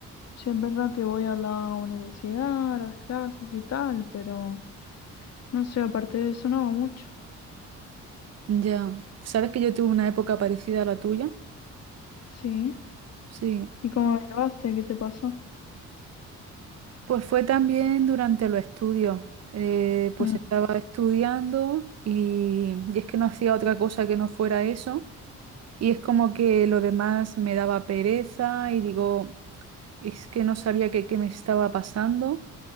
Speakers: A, on the left; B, on the right.
A: Sí, es verdad que voy a la universidad, a las clases y tal, pero no sé, aparte de eso no hago mucho.
B: Ya, sabes que yo tuve una época parecida a la tuya.
A: Sí.
B: Sí,
A: ¿Y cómo me llevaste? ¿Qué te pasó?
B: pues fue también durante los estudios. Eh, pues
A: Hmm.
B: estaba estudiando y, y es que no hacía otra cosa que no fuera eso. Y es como que lo demás me daba pereza y digo, es que no sabía qué, qué me estaba pasando.